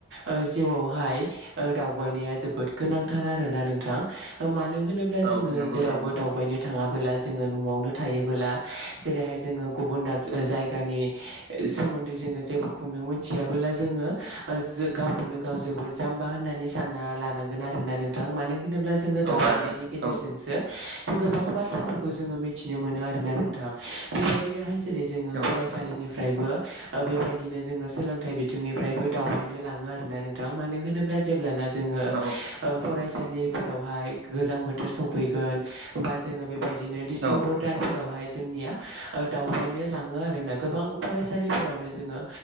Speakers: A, on the right; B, on the right.
A: ओ जिउआवहाय ओ दावबायनाया जोबोद गोनांथार आरोना नोंथां मानो होनोब्ला
B: औ
A: जोङो
B: नंगौ
A: जेरावबो
B: थारैनो
A: दावबायनो थाङा बोला जोङो न'आवनो थायोबोला जेरैहाय जोङो गुबुन दाब ओ जायगानि सोमोन्दै सोमोन्दै जोङो जेबोखौनो मोनथियाबोला जोङो गावखौनो गाव जोबोद जाम्बा होननानै सान ना लानांगोन आरोना नोंथां मानो होनोब्ला जोङो
B: औ
A: दावबायनायनि
B: आरो नोंथां
A: गेजेरजोंसो
B: औ
A: गोबां बाथ्राफोरखौ जोङो मिथिनो मोनो आरोना नोंथां बेबायदिनोहाय जेरै जोङो
B: औ
A: फरायसालिनिफ्रायबो ओ बेबाय बिदिनो जोङो सोलोंथाइ बिथिंनिफ्रायबो दावबायनो लाङो आ नोंथां मानो होनोब्ला जेब्लाना जोङो
B: औ
A: ओ फरायसालिफोरावहाय गो बोथोर सफैगोन बा जोङो बेबायदिनो दिसेम्बर
B: औ
A: दानफोरावहाय जोंनिया ओ दावबायनो लां ङो आरोना गोबां फरायसालिफोरावनो जोङो